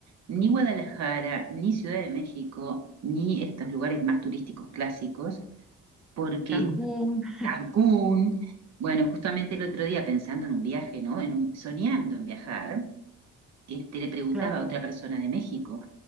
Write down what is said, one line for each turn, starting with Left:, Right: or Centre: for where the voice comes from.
Right: ni Guadalajara, ni Ciudad de México, ni estos lugares más turísticos clásicos, porque
Centre: Cancún, <laughs>
Right: Cancún. Bueno, justamente el otro día pensando en un viaje, ¿no? En un- soñando en viajar, este, le preguntaba
Centre: claro.
Right: a otra persona de México,